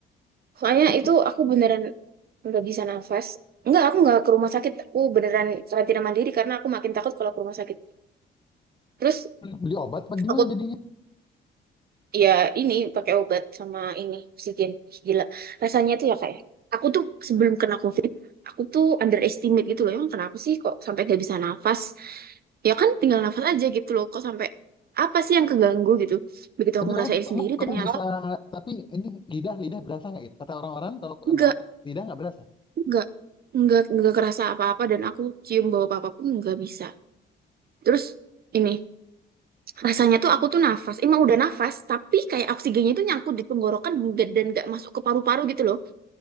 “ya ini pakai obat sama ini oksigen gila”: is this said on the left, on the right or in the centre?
Right